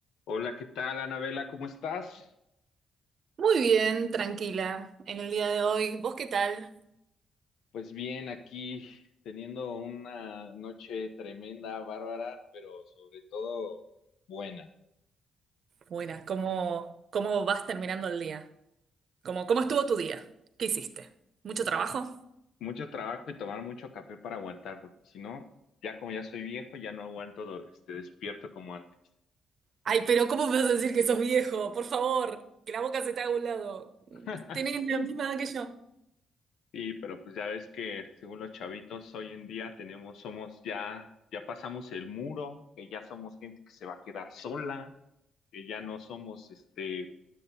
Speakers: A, on the left (about 80°); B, on the right (about 60°).
A: Hola, ¿qué tal, Anabela? ¿Cómo estás?
B: Muy bien, tranquila, en el día de hoy. ¿Vos qué tal?
A: Pues bien, aquí teniendo una noche tremenda, bárbara, pero sobre todo buena.
B: Buenas, ¿cómo, cómo vas terminando el día? ¿Cómo, cómo estuvo tu día? ¿Qué hiciste? ¿Mucho trabajo?
A: Mucho trabajo y tomar mucho café para aguantar, porque si no, ya como ya soy viejo, ya no aguanto, do- este, despierto como antes.
B: Ay, pero ¿cómo me vas a decir que sos viejo? Por favor, que la boca se te haga a un lado.
A: <laughs>
B: Tenés la misma edad que yo.
A: Sí, pero pues ya ves que según los chavitos hoy en día tenemos, somos ya, ya pasamos el muro, que ya somos gente que se va a quedar sola, que ya no somos este